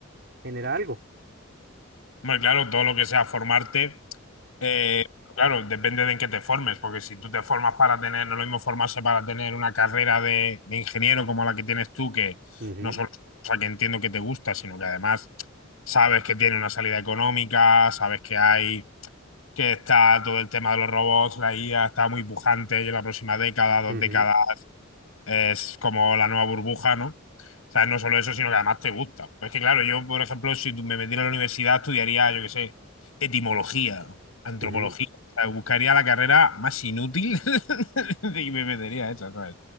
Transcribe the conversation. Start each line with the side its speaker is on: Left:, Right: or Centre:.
Right: genera algo.
Left: muy claro, todo lo que sea formarte. Eh, claro, depende de en qué te formes, porque si tú te formas para tener, no es lo mismo formarse para tener una carrera de, de ingeniero como la que tienes tú, que
Right: Ujú,
Left: no solo es una cosa que entiendo que te gusta, sino que además sabes que tiene una salida económica, sabes que hay, que está todo el tema de los robots, la IA está muy pujante y en la próxima década, dos
Right: ujú,
Left: décadas es como la nueva burbuja, ¿no? O sea, no solo eso, sino que además te gusta. Pues es que, claro, yo, por ejemplo, si tú me metiera a la universidad, estudiaría, yo qué sé, etimología, antropología.
Right: ujú.
Left: O sea, buscaría la carrera más inútil <laughs> y me metería a esa, ¿sabes?